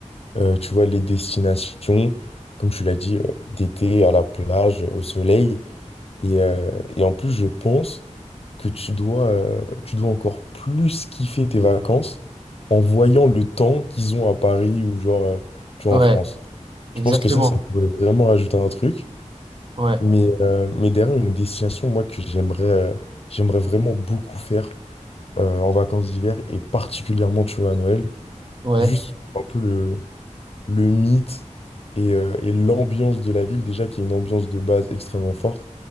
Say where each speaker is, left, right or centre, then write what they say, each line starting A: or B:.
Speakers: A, on the left (about 50°); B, on the right (about 40°).
A: euh, tu vois, les destinations, comme tu l'as dit, euh, d'été, à la plage, au soleil. Et, euh, et en plus, je pense que tu dois, euh, tu dois encore plus kiffer tes vacances en voyant le temps qu'ils ont à Paris ou genre, euh, tu vois,
B: Ouais,
A: en France.
B: exactement.
A: Je pense que ça, ça pourrait vraiment rajouter un truc.
B: Ouais,
A: Mais, euh, mais derrière, une destination, moi, que j'aimerais euh, j'aimerais vraiment beaucoup faire euh, en vacances d'hiver et particulièrement, tu vois, à Noël,
B: ouais,
A: juste pour un peu le, le mythe et, euh, et l'ambiance de la ville, déjà, qui est une ambiance de base extrêmement forte.